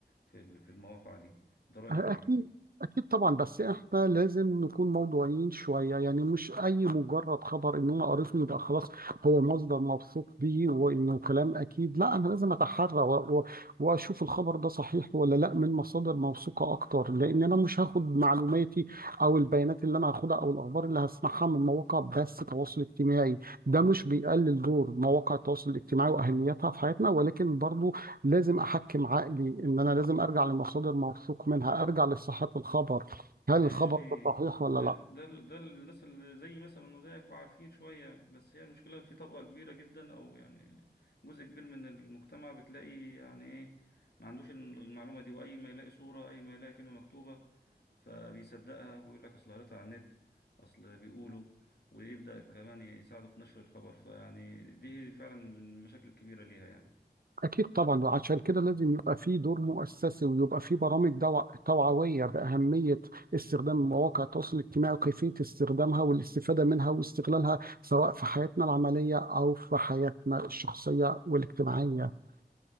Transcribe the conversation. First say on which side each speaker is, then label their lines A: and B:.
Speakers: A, on the left; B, on the right.
A: في ال- في المواقع دي ده رايك
B: أكيد
A: ايه
B: أكيد طبعا بس إحنا لازم نكون موضوعيين شوية يعني مش أي مجرد خبر إن أنا قريته يبقى خلاص هو مصدر موثوق بيه وإنه كلام أكيد لا أنا لازم أتحرى و- و- وأشوف الخبر ده صحيح ولا لا من مصادر موثوقة أكتر لأن أنا مش هاخد معلوماتي أو البيانات اللي أنا هاخدها أو الأخبار اللي هسمعها من مواقع بس تواصل اجتماعي ده مش بيقلل دور مواقع التواصل الاجتماعي وأهميتها في حياتنا ولكن برضو لازم احكم عقلي ان انا لازم ارجع لمصادر موثوق منها ارجع لصحة الخبر هل
A: ماشي
B: الخبر ده صحيح ولا
A: ده
B: لا
A: ده ده الناس اللي زي مثلا وزيك وعارفين شوية بس هي المشكلة في طبقة كبيرة جدا أو يعني جزء كبير من المجتمع بتلاقي يعني إيه ما عندوش المعلومة دي وأي ما يلاقي صورة أي ما يلاقي كلمة مكتوبة فبيصدقها ويقول لك أصل قريتها على النت أصل بيقولوا ويبدأ كمان يساعده في نشر الخبر فيعني دي فعلا من المشاكل الكبيرة ليها يعني
B: اكيد طبعا وعشان كده لازم يبقى في دور مؤسسي ويبقى في برامج دوا- توعوية بأهمية استخدام مواقع التواصل الاجتماعي وكيفية استخدامها والاستفادة منها واستغلالها سواء في حياتنا العملية او في حياتنا الشخصية والاجتماعية